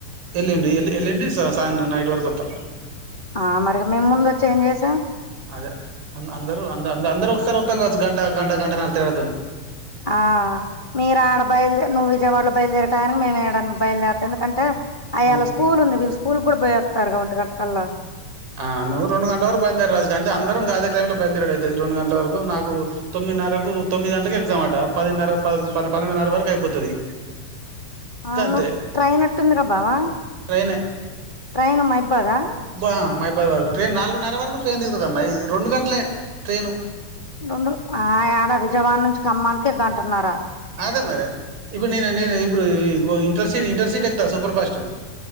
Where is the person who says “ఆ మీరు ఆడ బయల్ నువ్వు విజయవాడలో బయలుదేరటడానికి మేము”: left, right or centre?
Left